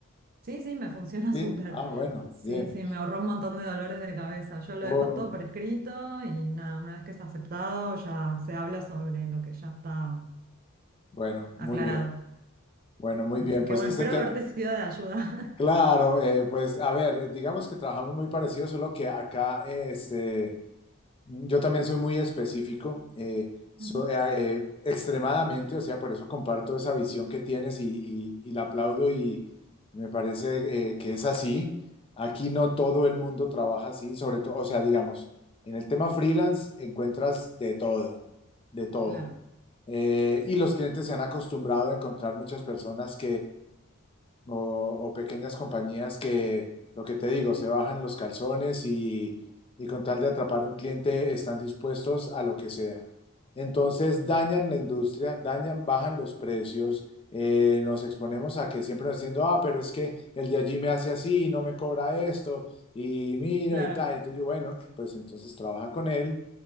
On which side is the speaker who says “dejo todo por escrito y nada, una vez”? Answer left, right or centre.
Right